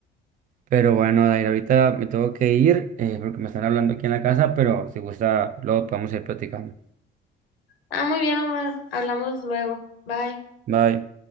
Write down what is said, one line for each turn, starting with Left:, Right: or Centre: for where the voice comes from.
Right: Pero bueno, Dair, ahorita me tengo que ir eh, porque me están hablando aquí en la casa, pero si gusta, luego podemos ir platicando.
Left: Ah, muy bien, Omar. Hablamos luego. Bye.
Right: Bye.